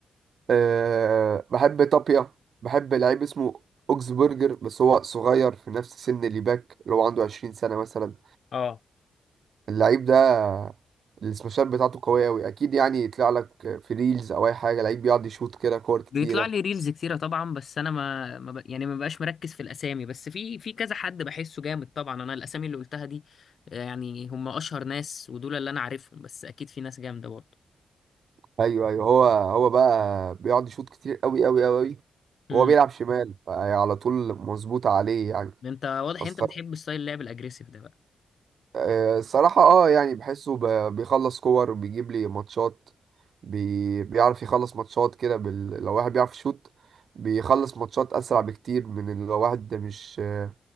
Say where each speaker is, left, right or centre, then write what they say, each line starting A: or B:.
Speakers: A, on the right; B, on the left.
A: أه بحب طابيا بحب لعيب اسمه اوكسبرجر بس هو صغير في نفس سن اللي باك اللي هو عنده 20 سنة مثلا
B: اه
A: اللعيب ده السماشات بتاعته قوية أوي أكيد يعني يطلع لك في ريلز أو أي حاجة لعيب بيقعد يشوط كده كور كتيرة
B: بيطلع لي ريلز كتيره طبعا بس انا ما, ما ب... يعني ما بقاش مركز في الاسامي بس في في كذا حد بحسه جامد طبعا انا الاسامي اللي قلتها دي آه، يعني هم اشهر ناس ودول اللي انا عارفهم بس اكيد في ناس جامده برضه
A: ايوه ايوه هو هو بقى بيقعد يشوط كتير قوي قوي قوي
B: امم
A: وهو بيلعب شمال فعلى طول مظبوط عليه يعني
B: انت واضح
A: فالصراحة
B: انت بتحب ستايل اللعب الاجريسيف ده بقى
A: آه، الصراحة اه يعني بحسه ب- بيخلص كور بيجيب لي ماتشات بي بيعرف يخلص ماتشات كده بال... لو واحد بيعرف يشوط بيخلص ماتشات أسرع بكتير من ال- لو واحد ده مش آه،